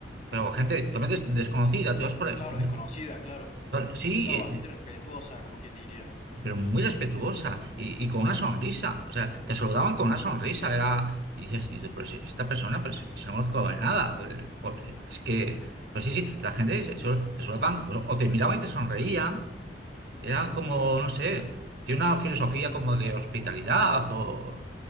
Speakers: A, on the right; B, on the left.
A: pero gente totalmente des- desconocida, tú ibas por,
B: Claro,
A: por-
B: desconocida, claro.
A: sí,
B: Claro,
A: eh,
B: bastante respetuosa, como quien diría.
A: pero muy respetuosa y, y con una sonrisa. O sea, te saludaban con una sonrisa. Era, y dices, y tú, pero si esta persona, pero si, si no conozco de nada, eh, por- eh, es que, pues sí, sí, la gente se- se- te saludaban o, o te miraban y te sonreían. Era como, no sé, tiene una filosofía como de hospitalidad o